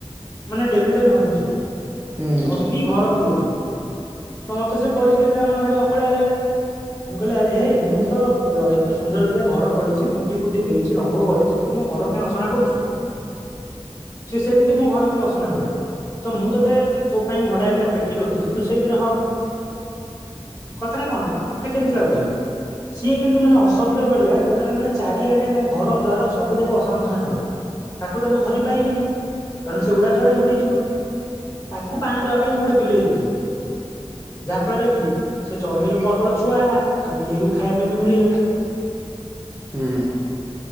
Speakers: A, on the left; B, on the right.
A: ମାନେ ଡେଲି ଡେଲି ହଗୁଚି
B: ହୁଁ ହୁଁ
A: ହଗିକି ଘର ବୁଡଉଚି ତ ମତେ ସେ ପରିସ୍ଥିତି ରା ମାନେ ଭାରି ଅକଳିଆ ଲାଗିଲା ମୁଁ କହିଲି ଆରେ ହେଇ ମୁଁ ତ ଏତେ ସୁନ୍ଦରା ଘର କରିଛି ପୁଟି ଫୁଟି ଦେଇଛି ରଙ୍ଗ କରିଛି ତୁ ମୋ ଘର କାଇଁ ଅସନା କରୁଚୁ? ସେ ସେମିତି ମୋ ଘର କାଲି ଅସନା କରେ। ତ ମୁଁ ତୋତେ ତୋ ପାଇଁ ଭଡା ଆଜ୍ଞା ପେଟି ରଖିଛି ତୁ ସେଇଥିରେ ହଗ କଥାଟା କଣ ଗୋଟେ କେମିତି ଲାଗୁଚି। ସିଏ କିନ୍ତୁ ମାନେ ଅସଭ୍ୟ ଭଳିଆ ଟୋଟାଲ ମାନେ ଚାରିଆଡେ ମୋ ଘର ଦ୍ଵାର ସବୁ ଯାକ ଅସନ ମସନା କଲା। ତାକୁ ତ ମୁଁ ଧରି ପାରିବିନି କାରଣ ସେ ଉଡା ଚଢେଇ ଉଡିଯିବ ତାକୁ ପାନେ ଦେବା ପାଇଁ ମୁଁ ଗୋଟେ ବିଲେଇ ରଖିଲି। ଯାହା ଫଳରେ କି ସେ ଚଢେଇର ପ୍ରବଳ ଛୁଆ ହେଲା ଆଉ ବିଲେଇକୁ ଖାଇବା ପାଇଁ ବି ମିଳିଗଲା।
B: ହୁଁ